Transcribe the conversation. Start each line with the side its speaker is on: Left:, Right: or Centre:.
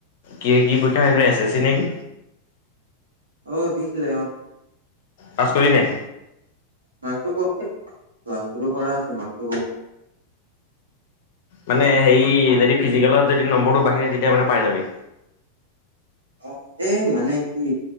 Left: কি, কি পৰীক্ষা এছ, এছ চি নেকি?
Right: অ', দিছিলে অ'।
Left: পাছ কৰিলিনে নাই।
Right: মাকটো <unintelligible> কম ল্ছ কৰা আছে মাকটো কম
Left: মানে হেৰি যদি ফিজিকেলত যদি নম্বৰটো বাঢ়ি যৰে তেতিয়া মানে পাই যাবি।
Right: অ', এই মানে কি